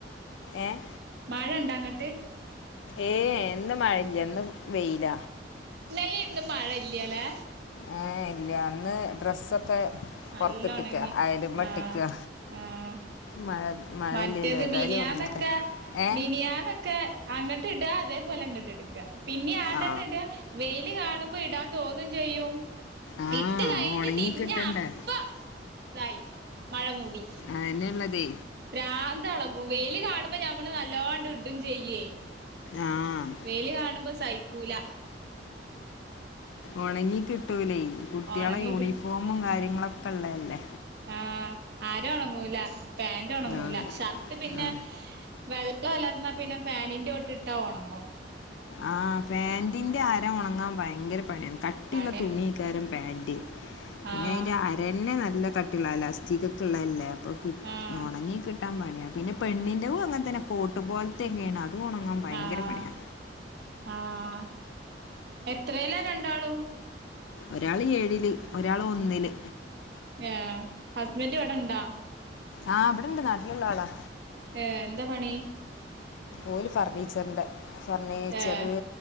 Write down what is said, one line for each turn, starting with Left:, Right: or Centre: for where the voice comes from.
Left: ഏഹ്
Right: മഴണ്ടങ്ങട്ട്
Left: ഏഹ് ഇന്ന് മഴല്ല ഇന്ന് വെയ്ല
Right: ഇന്നലീം ഇന്നും മഴ ഇല്യലേ
Left: ഏഹ് ഇല്ല ഇന്ന് ഡ്രസ്സൊക്കെ
Right: നല്ല
Left: പൊർത്ത്ട്ട്ക്ക
Right: ഒണങ്ങി
Left: അയലുമ്മട്ട്ക്ക
Right: ആഹ് ആഹ്
Left: മഴ മഴയില്ലല്ലോ
Right: മറ്റേത്
Left: ഏതായാലും
Right: മിനിയാന്നൊക്കെ
Left: ഉണങ്ങട്ടെ ഏ
Right: മിനിയാന്ന് ക്കെ അങ്ങട്ട് ഇടാ അതേപോലെ ഇങ്ങട്ട് ഇട്ക്ക പിന്നീം ആണ്ടെന്നെ
Left: ആ
Right: ഇടാ വെയില് കാണുമ്പോ ഇടാൻ തോന്നും ചെയ്യും
Left: ആ
Right: ഇട്ട് കഴിഞ്ഞ്
Left: ഉണങ്ങി
Right: തിരിഞ്ഞ
Left: കിട്ടണ്ടേ
Right: അപ്പ ഇതായി മഴ മൂടി
Left: അതെന്നെള്ള തെ
Right: പ്രാന്തെളകും വെയില് കാണുമ്പോ ഞമ്മള് നല്ലോ അണ്ട് ഇടും ചെയ്യെ
Left: ആഹ്
Right: വെയ്ല് കാണുമ്പോ സഹിക്കൂല
Left: ഒണങ്ങി കിട്ടൂലേ കുട്ട്യാളെ
Right: ഒണങ്ങി
Left: യൂണിഫോമും കാര്യങ്ങളൊക്കെ ള്ളല്ലേ
Right: ആഹ് അര ഒണങ്ങൂല പാന്റൊണങ്ങൂല
Left: ആ
Right: ഷർട്ട് പിന്നെ
Left: ആ
Right: വെള്ളം ഒലർന്നാ പിന്നെ ഫാനിന്റോട്ട്ട്ടാ ഒണങ്ങും
Left: ആഹ് ഫാൻന്റിന്റെ അര ഒണങ്ങാൻ ഭയങ്കര പണിയാണ് കട്ടിള്ള
Right: പണിയാ
Left: തുണി ക്കാരം പാന്റ് പിന്നെ
Right: ആഹ്
Left: അയ്ന്റെ അരെന്നെ നല്ല കട്ടിള്ള അലാസ്റ്റിക്കൊക്കെള്ളല്ലേ അപ്പോ പി
Right: ആഹ്
Left: ഒണങ്ങി കിട്ടാൻ പണിയാണ് പിന്നെ പെണ്ണിന്റതും അങ്ങൻത്തെന്നെ കോട്ട് പോൽത്തെന്നേണ് അതും ഒണങ് ഓൻ ഭയങ്കര
Right: ആഹ്
Left: പണിയാ
Right: ആഹ് എത്രേല രണ്ടാളും
Left: ഒരാള് ഏഴില് ഒരാള് ഒന്നില്
Right: ഏഹ് ഹസ്ബൻഡ് ഇവിടെണ്ടാ
Left: ആഹ് ഇവിടെണ്ട് നാട്ടില്ള്ളാളാ
Right: ഏ എന്താ പണി
Left: ഓല് ഫർണീച്ചർന്റെ ഫർണീച്ചറ്
Right: ഏഹ്